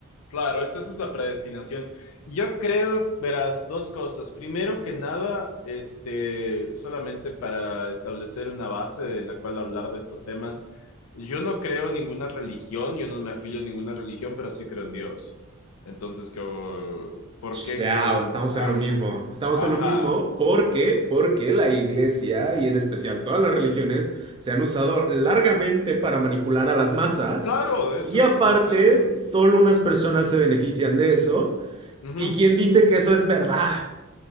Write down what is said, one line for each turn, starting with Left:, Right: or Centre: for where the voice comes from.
Left: Claro, esa, esa es la predestinación. Yo creo, verás, dos cosas. Primero que nada, este, solamente para establecer una base en la cual hablar de estos temas, yo no creo en ninguna religión, yo no me afilio a ninguna religión, pero sí creo en Dios. Entonces, como, ¿por
Right: Chao,
Left: qué creo en...
Right: estamos
Left: Ah,
Right: en lo mismo. Estamos
Left: ajá.
Right: en lo mismo porque, porque la iglesia y en especial todas las religiones se han usado largamente para manipular a las masas
Left: Claro, de
Right: y
Left: hecho,
Right: aparte
Left: de eso se trata.
Right: solo
Left: el-
Right: unas personas se benefician de eso.
Left: Ujú.
Right: ¿Y quién dice que eso es verdad?